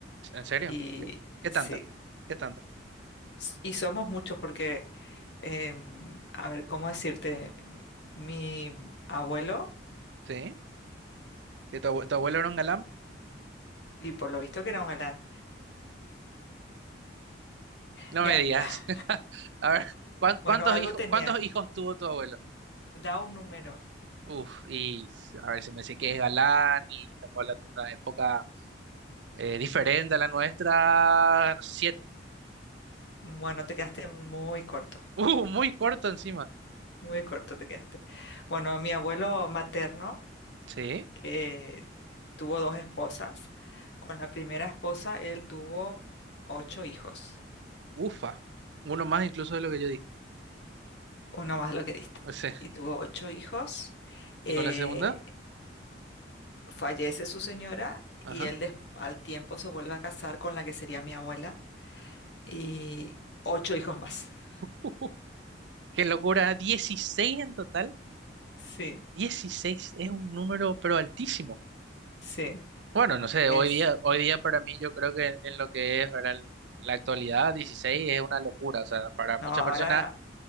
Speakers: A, on the right; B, on the left.
A: ¿En serio?
B: y
A: ¿Qué
B: sí,
A: tanta? ¿Qué tanta?
B: s- y somos muchos porque, em, a ver, ¿cómo decirte? Mi abuelo,
A: ¿Sí? ¿Que tu, abue- tu abuelo era un galán?
B: y por lo visto que era un galán,
A: No
B: mi
A: me
B: a-
A: digas.
B: <laughs>
A: <laughs> A ver, ¿cuán-
B: bueno,
A: ¿cuántos
B: algo
A: hijos,
B: tenía,
A: cuántos hijos tuvo tu abuelo?
B: da un número.
A: Uf, y a ver si me sé que es galán y estamos hablando de una época eh, diferente a la nuestra. Siete. <laughs>
B: Bueno, te quedaste muy corto,
A: Uh, muy corto encima.
B: muy corto te quedaste. Bueno, mi abuelo materno.
A: Sí,
B: eh, tuvo dos esposas. Con la primera esposa él tuvo ocho hijos,
A: ufa. Uno más incluso de lo que yo dije.
B: uno más lo que diste,
A: O sea,
B: y tuvo ocho hijos. Eh,
A: ¿y con la segunda?
B: fallece su señora
A: Ajá.
B: y él des- al tiempo se vuelve a casar con la que sería mi abuela y ocho hijos más. <laughs>
A: <laughs> Qué locura. 16 en total.
B: Sí,
A: 16 es un número pero altísimo.
B: sí,
A: Bueno, no sé,
B: es.
A: hoy día, hoy día para mí yo creo que en, en lo que es ¿verdad? el- la actualidad, 16 es una locura, o sea, para
B: No,
A: muchas
B: ahora,
A: personas,